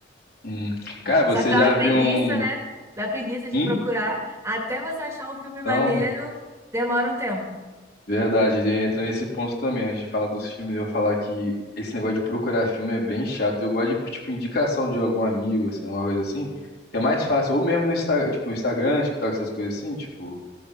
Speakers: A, on the left; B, on the right.
A: Hum. Cara, você
B: Só que dá
A: já
B: uma preguiça,
A: viu um.
B: né? Dá preguiça de
A: Hum?
B: procurar. Até você achar um filme
A: Então,
B: maneiro, demora um tempo.
A: verdade, entra nesse ponto também. A gente fala dos filmes, eu vou falar que esse negócio de procurar filme é bem chato. Eu gosto de, tipo, indicação de algum amigo, assim, alguma coisa assim, que é mais fácil. Ou mesmo no Instagram, tipo, no Instagram, TikTok, essas coisas assim, tipo,